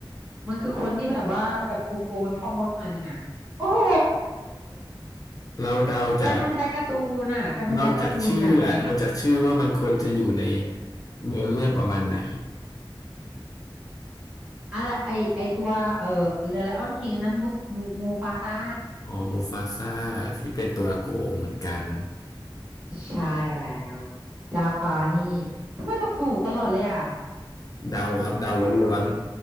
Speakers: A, on the right; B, on the left.
A: มันคือคนที่แบบว่าแบบโกงๆเป็นพ่อมดหน่อยนึงอ่ะโอ้โห
B: เราเดาจาก
A: แฟนพันธุ์แท้การ์ตูนน่ะแฟนพันธุ์แท้การ์ตูนอย่างแรง
B: เราจากชื่ออะเราจากชื่อว่ามันควรจะอยู่ในเนื้อเรื่องประมาณไหน
A: อะไรไอไอตัวเอ่อเดอะไลออนคิงอันนั้นมูสมูมูฟาซ่า
B: อ๋อมูฟาซ่าที่เป็นตัวโกงเหมือนกัน
A: ใช่แล้วจาฟานี่ทำไมตอบถูกตลอดเลยอ่ะ
B: เดาครับเดาล้วน